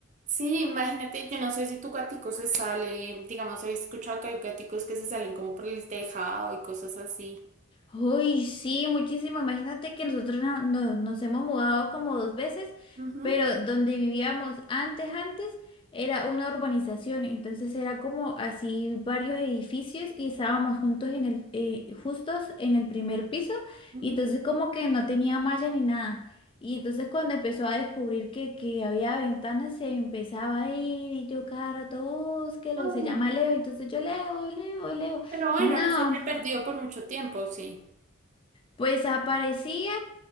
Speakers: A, on the right; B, on the left.
A: Sí, imagínate, yo no sé si tu gatico se sale, digamos, he escuchado que hay gaticos que se salen como por el tejado y cosas así.
B: Uy, sí, muchísimo. Imagínate que nosotros no- no- nos hemos mudado como dos veces,
A: Ujú,
B: pero donde vivíamos antes, antes, era una urbanización, entonces era como así varios edificios y estábamos juntos en el, eh, justos en el primer piso
A: ujú.
B: y entonces como que no tenía malla ni nada. Y entonces cuando empezó a descubrir que, que había ventanas, se empezaba a ir y yo cada rato, búsquelo,
A: Ay,
B: se llama Leo, entonces yo Leo, Leo, Leo.
A: pero bueno,
B: No.
A: no se te perdió por mucho tiempo, sí.
B: Pues aparecía